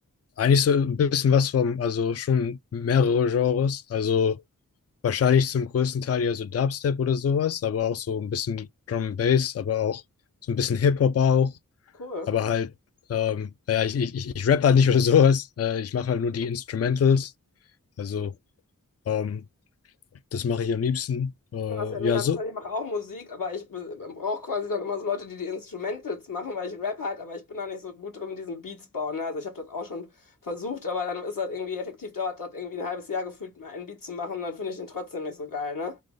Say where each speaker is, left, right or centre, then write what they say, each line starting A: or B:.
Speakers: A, on the left; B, on the left.
A: Eigentlich so ein bisschen was vom, also schon mehrere Genres. Also Wahrscheinlich zum größten Teil ja so Dubstep oder sowas, aber auch so ein bisschen Drum and Bass, aber auch so ein bisschen Hip-Hop auch,
B: Cool.
A: aber halt, ähm, ja, ich, ich, ich ich rapp halt nicht oder sowas. Äh, ich mache halt nur die Instrumentals. Also, ähm, das mache ich am liebsten. Äh,
B: Ja, Das ist ja mega
A: ja, so.
B: interessant. Ich mache auch Musik, aber ich brauche quasi dann immer so Leute, die die Instrumentals machen, weil ich Rap halt, aber ich bin da nicht so gut drin, diesen Beats bauen. Ne? Also ich habe das auch schon versucht, aber dann ist das irgendwie effektiv, dauert das irgendwie ein halbes Jahr gefühlt, mir einen Beat zu machen, dann finde ich den trotzdem nicht so geil, ne?